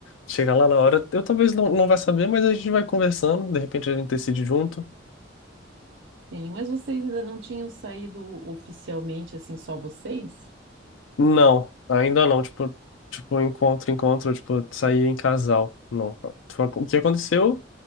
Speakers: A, on the left; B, on the right.
A: chega lá na hora, eu talvez não, não vá saber, mas a gente vai conversando, de repente a gente decide junto.
B: Sim, mas vocês ainda não tinham saído oficialmente, assim, só vocês?
A: Não, ainda não, tipo, tipo encontro, encontro, tipo, sair em casal. Não. Tipo, O que aconteceu